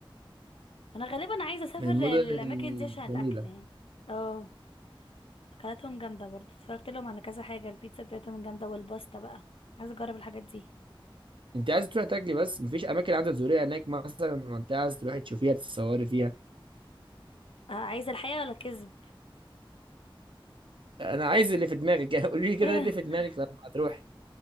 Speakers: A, on the left; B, on the right.
A: انا غالبا عايزة اسافر
B: من
A: الاماكن
B: المدن الجميلة
A: دي عشان الاكل يعني اه اكلاتهم جامده برضه اتفرجت لهم على كذا حاجه البيتزا بتاعتهم جامده والباستا بقى عايزه اجرب الحاجات دي
B: انت عايز تروح تاكلي بس مفيش اماكن عايزه تزوريها هناك مثلا منطقه عايز تروحي تشوفيها تتصوري فيها
A: آه، عايزه الحقيقه ولا كذب
B: انا عايز اللي في دماغك <laughs> قولي لي كده
A: <laughs>
B: إيه اللي في دماغك لما هتروحي